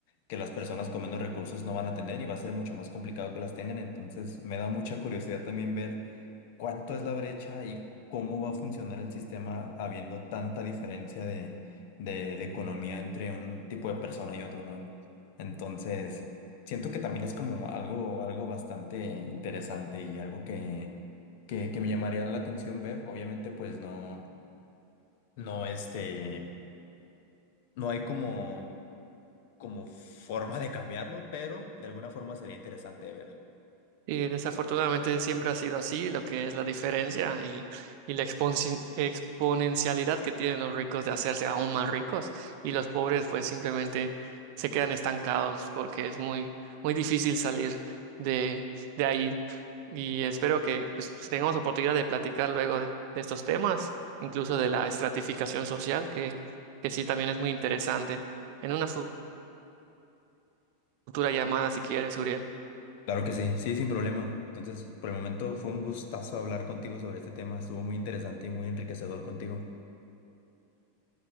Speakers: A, on the left (about 55°); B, on the right (about 50°).
A: que las personas con menos recursos no van a tener y va a ser mucho más complicado que las tengan, entonces me da mucha curiosidad también ver cuánto es la brecha y cómo va a funcionar el sistema habiendo tanta diferencia de, de, de economía entre un tipo de persona y otro, ¿no? Entonces, siento que también es como algo, algo bastante interesante y algo que, que, que me llamaría la atención ver. Obviamente, pues no, no, este, no hay como, como forma de cambiarlo, pero de alguna forma sería interesante de ver.
B: Y desafortunadamente siempre ha sido así, lo que es la diferencia y, y la exponci- exponencialidad que tienen los ricos de hacerse aún más ricos y los pobres pues simplemente se quedan estancados porque es muy, muy difícil salir de, de ahí. Y espero que pues tengamos oportunidad de platicar luego de, de estos temas, incluso de la estratificación social, que, que sí también es muy interesante, en una fu- futura llamada si quieres, Uriel.
A: Claro que sí, sí, sin problema. Entonces, por el momento fue un gustazo hablar contigo sobre este tema. Estuvo muy interesante y muy enriquecedor contigo.